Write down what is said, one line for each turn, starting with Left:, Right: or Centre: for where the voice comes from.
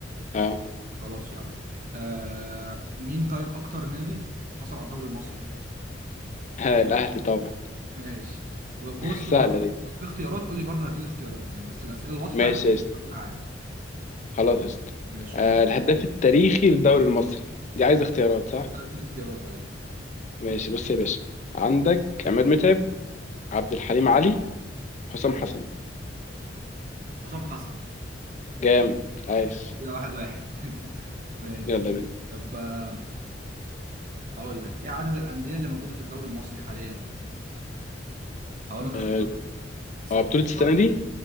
Left: اه
Right: خلاص يلا آه مين طيب اكتر نادي حصل على الدوري المصري
Left: <laughs> ها، الأهلي طبعا
Right: <laughs> ماشي بص
Left: <laughs> سهلة
Right: برضو
Left: دي
Right: لو في اختيارات قول لي برضو هديك اختيارات يعني بس الاسئله الواضحه
Left: ماشي
Right: يعني
Left: يا اسطى.
Right: عادي
Left: خلاص قشطة
Right: ماشي
Left: آه
Right: يلا
Left: الهداف التاريخي للدوري المصري دي عايز اختيارات صح؟
Right: لا، اديني اختيارات ايوه
Left: ماشي بص يا باشا عندك عماد متعب عبد الحليم علي حسام حسن
Right: حسام حسن
Left: جامد عايش
Right: ماشي كده واحد واحد <laughs> ماشي
Left: يلا بينا
Right: طب آه، هقول لك ايه عدد الأندية اللي موجودة في الدوري المصري حاليا هقول لك اختيار
Left: اه
Right: 16
Left: آه، بطولة السنة دي